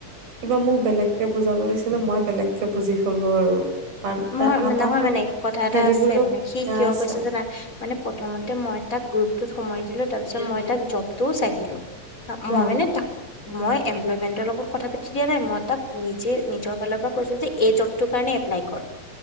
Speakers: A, on the right; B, on the left.
A: কিবা মোক বেলেগকে বুজাব লাগিছিলে মই বেলেগকে বুজি থলো আৰু কাৰণ
B: মই নহয়
A: তাৰ
B: মানে কথা এটা
A: হেৰি
B: আছে
A: বোলো
B: মানে
A: অলপ
B: সি
A: বেয়া
B: কিয়
A: আছে
B: কৈছে জানা মানে প্ৰথমতে মই তাক গ্ৰুপতোত সোমাই দিলো তাৰ পিছত মই তাক জবটোও চাই দিলো মই
A: উম
B: মানে তাক মই এমপ্লয়মেন্টৰ লগত কথা পাতি দিয়া নাই মই তাক নিজে নিজৰ ফালৰ পৰা কৈছো যে এই জবটোৰ কাৰণে এপ্লাই কৰ